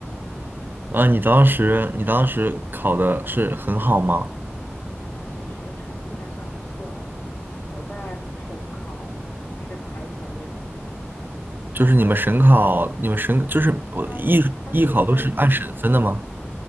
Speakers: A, on the right; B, on the left.
A: 啊你当时你当时考的是很好吗？
B: 我其实的成绩还算不错啦，我在省考是排前面的。
A: 就是你们省考，你们省就是我艺艺考都是按省分的吗？
B: 它它是分，